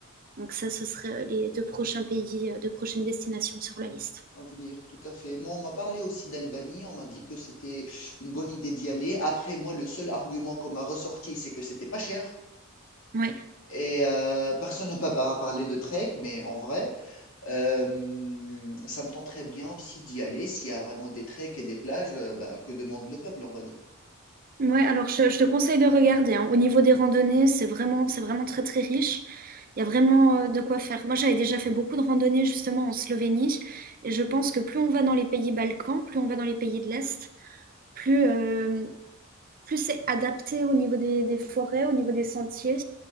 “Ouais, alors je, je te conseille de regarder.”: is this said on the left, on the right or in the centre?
Right